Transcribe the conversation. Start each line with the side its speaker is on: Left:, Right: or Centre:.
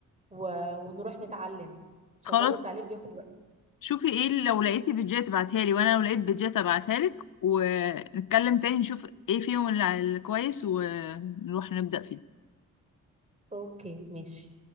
Right: و... ونروح نتعلم عشان
Left: خلاص
Right: برضه التعليم بياخد وقت
Left: شوفي ايه اللي لو لقيتي بيدجات ابعتها لي وانا لو لقيت بيدجات ابعتها لك ونتكلم تاني نشوف ايه فيهم اللي الكويس ونروح نبدأ فيه
Right: أوكي ماشي